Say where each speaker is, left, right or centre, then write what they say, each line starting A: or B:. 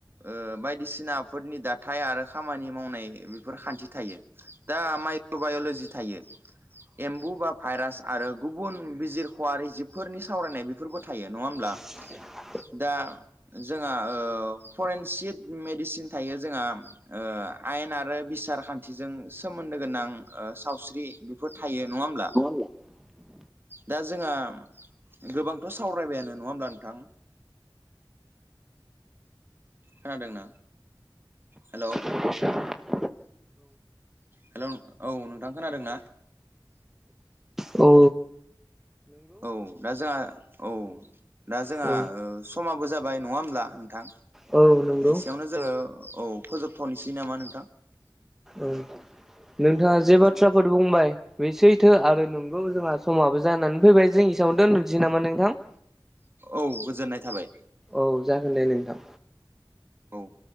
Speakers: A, on the right (about 25°); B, in the centre.
A: ओ बायदिसिनाफोरनि दाथाय आरो खामानि मावनाय बेफोर खान्थि थायो दा माइक्र'बायलजि थायो एम्बु बा भाइरास आरो गुबुन बिजिरख'वि जिबफोरनि सावरायनाय बेफोरबो थायो नङा होमब्ला
B: <inaudible>
A: दा जोंहा फरेनसिक मेडिसिन थायो जोंहा ओ आयेन आरो बिसार खान्थिजों सोमोन्दो गोनां ओ सावस्रि बेफोर थायो नङा होमब्ला
B: <inaudible>
A: दा जोंहा गोबांथ' सावरायबायानो नङा होमब्ला नोंथां खोनादोंना हेल'
B: <inaudible>
A: हेल' औ नोंथां खोनादों ना
B: औ
A: औ दा जोंहा औ दा जोंहा
B: औ
A: ओ समाबो जाबाय नङा हब्ला नोंथां
B: औ नंगौ
A: एसेयावनो जोङो औ फोजोबथ'नोसै नामा नोंथां
B: औ नोंथाङा जे बाथ्राफोर
A: औ
B: बुंबाय बे सैथो आरो नंगौ जोंहा समाबो जानानै फैबाय जों इसेयावानो दोनथ'नोसै नामा नोंथां
A: औ गोजोननाय थाबाय
B: औ जागोन दे नोंथां
A: औ